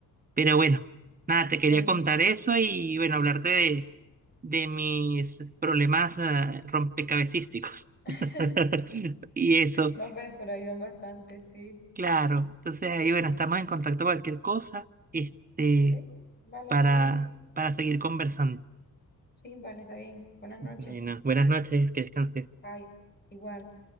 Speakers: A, on the right; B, on the left.
A: Pero bueno, nada, te
B: Bueno.
A: quería contar eso y bueno, hablarte de, de mis problemas eh, rompecabecísticos.
B: <laughs>
A: <laughs> Y eso.
B: No, pues, pero ayudan bastante, sí.
A: Claro, entonces ahí bueno, estamos en contacto cualquier cosa, este,
B: Sí, vale,
A: para,
B: está bien.
A: para seguir conversando.
B: Sí, vale, está bien. Buenas
A: Bueno,
B: noches.
A: buenas noches, que descanses.
B: Ay, igual.